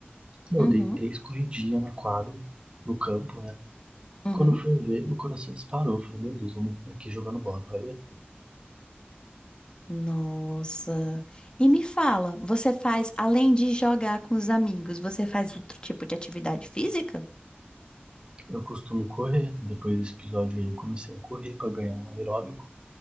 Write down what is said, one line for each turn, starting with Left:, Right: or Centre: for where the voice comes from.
Right: Meu,
Left: uhum,
Right: eu dei três corridinhas na quadra, no campo, né?
Left: uhum.
Right: Quando eu fui ver, meu coração disparou. Eu falei, meu Deus, vamos aqui jogando bola. Aí,
Left: Nossa. E me fala, você faz, além de jogar com os amigos, você faz outro tipo de atividade física?
Right: eu costumo correr. Depois desse episódio aí, eu comecei a correr pra ganhar um aeróbico.